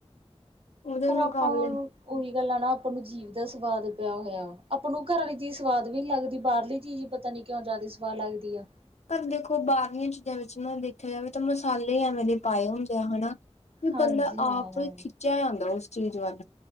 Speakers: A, on the left; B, on the right.
A: ਉਹਦੇ
B: ਪਰ
A: ਮੁਕਾਬਲੇ
B: ਆਪਾਂ ਓ ਨੂੰ ਉਹੀ ਗੱਲਾਂ ਨਾ ਆਪਾਂ ਨੂੰ ਜੀਵ ਦਾ ਸਵਾਦ ਪਿਆ ਹੋਇਆ ਆਪਾਂ ਨੂੰ ਘਰਾਂ ਦੀ ਸਵਾਦ ਵੀ ਨੀ ਲੱਗਦੀ ਬਾਰਲੀ ਚੀਜ਼ ਪਤਾ ਨੀ ਕਿਉਂ ਜਾਦੀ ਸਵਾਦ ਲੱਗਦੀ ਆ।
A: ਪਰ ਦੇਖੋ ਬਾਰਲੀਆਂ ਚੀਜ਼ਾਂ ਵਿੱਚ ਨਾ ਦੇਖਿਆ ਜਾਵੇ ਤਾਂ ਮਸਾਲੇ ਐਵੇਂ ਦੇ ਪਾਏ ਹੁੰਦੇ ਆ ਹਨਾ। ਵੀ
B: ਹਾਂਜੀ
A: ਬੰਦਾ
B: ਹਾਂ।
A: ਆਪ ਖਿੱਚਿਆ ਜਾਂਂਦਾ ਉਸ ਚੀਜ਼ ਵੱਲ